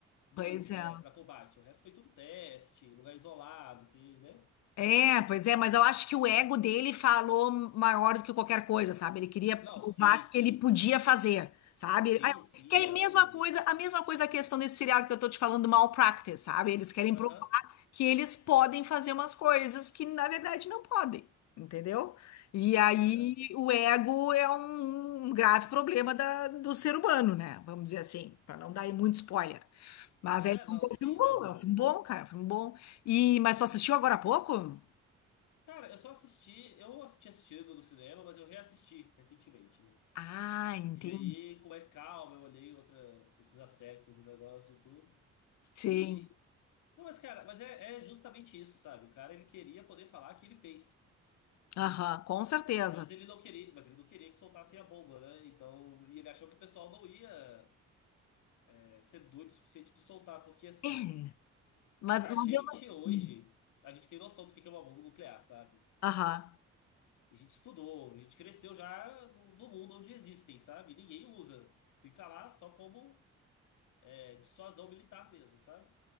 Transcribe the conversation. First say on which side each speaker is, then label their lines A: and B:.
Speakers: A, on the left (about 90°); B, on the left (about 65°).
A: do
B: Pois
A: mundo, né,
B: é.
A: Pra combate. O resto foi tudo teste, lugar isolado, que, né?
B: É, pois é, mas eu acho que o ego dele falou maior do que qualquer coisa, sabe? Ele queria provar
A: Não, se, se,
B: que ele podia fazer, sabe?
A: se,
B: Ah, eu-
A: se
B: Que é
A: é
B: a mesma
A: o.
B: coisa, a mesma coisa a questão desse seriado que eu tô te falando, Malpractice, sabe? Eles querem
A: Aham,
B: provar que eles podem fazer umas coisas que na verdade não podem, entendeu? E aí
A: pois é.
B: o ego é um, um grave problema da- do ser humano, né? Vamos dizer assim, para não dar muito spoiler. Mas
A: É,
B: é, é
A: não,
B: um
A: sim,
B: filme bom,
A: mas
B: é
A: o.
B: um filme bom, cara, é um filme bom. E, mas tu assistiu agora há pouco?
A: Cara, eu só assisti, eu tinha assistido no cinema, mas eu reassisti recentemente, né?
B: Ah, entendi.
A: E aí, com mais calma, eu olhei outra, outros aspectos do negócio e tudo.
B: Sim.
A: E. Não, mas, cara, mas é, é justamente isso, sabe? O cara, ele queria poder falar que ele fez.
B: Aham, com certeza.
A: Mas ele não queria, mas ele não queria que soltassem a bomba, né? Então, e ele achou que o pessoal não ia, é, ser doido o suficiente de soltar, porque assim.
B: É. Mas,
A: A
B: mas
A: gente
B: eu...
A: hoje,
B: Hum.
A: a gente tem noção do que é uma bomba nuclear, sabe?
B: Aham.
A: A gente estudou, a gente cresceu já no, no mundo onde existem, sabe? Ninguém usa. Fica lá só como é, dissuasão militar mesmo, sabe?